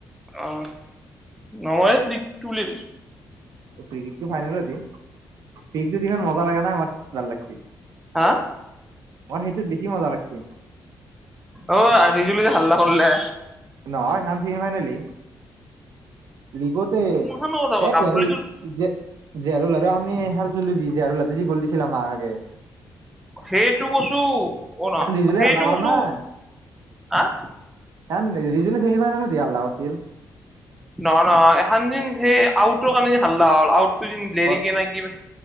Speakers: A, in the centre; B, on the right (about 65°).
A: অ' নময় ফ্ৰিকটো উলিয়াই দিছো।
B: ফ্ৰিকিকটো ফাইনেলত দি, পিকটোত ইমান মজা লাগা নাই, <unintelligible> ভাল লাগছি।
A: হা?
B: মৰ সেইটো বেছি মজা লাগছি।
A: অ' আজুলি যে হাল্লা কৰলে।
B: নহয় সেনচি হয়নেলি লিগতে
A: কোনখনৰ কথা
B: এ, এ
A: আব্বুলিটো
B: জাগোল জে জেহাৰুল আৰু আমি হেলছিলো যি জেহাৰুলতে যি গ'ল দিছিল আমা আগে।
A: সেইটো কৈছো অ ন
B: টান ৰিজুল
A: সেইটো
B: হাল্লা কৰা
A: কৈছো
B: নাই।
A: হা
B: খন ৰিজুলে ছেমি ফাইনেলোত হে হাল্লা কৰছিল
A: নহয় নহয় এখান যে সেই আউটৰ কাৰণে হাল্লা হ'ল আউ তুদিন লেৰিকে
B: অ
A: না কিবা